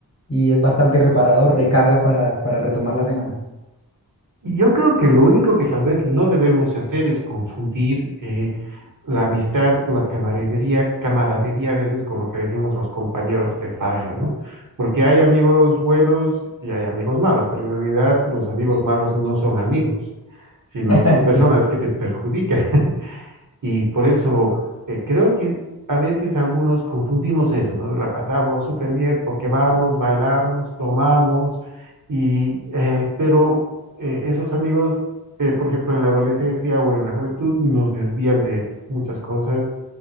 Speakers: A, on the left; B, on the right.
A: y es bastante reparador, recarga para, para retomar la semana.
B: Yo creo que lo único que tal vez no debemos hacer es confundir eh, la amistad o la camaradería, camaradería a veces con lo que decimos los compañeros de farra, ¿no? Porque hay amigos buenos y hay amigos malos, pero en realidad los amigos
A: Sí.
B: malos no son amigos, sino
A: <laughs>
B: son personas
A: Sí,
B: que te perjudican. <laughs> Y por eso eh, creo que a veces algunos confundimos eso, ¿no? La pasamos súper bien porque vamos, bailamos, tomamos, y, eh, pero eh, esos amigos, eh, por ejemplo, en la adolescencia o en la juventud, nos desvían de muchas cosas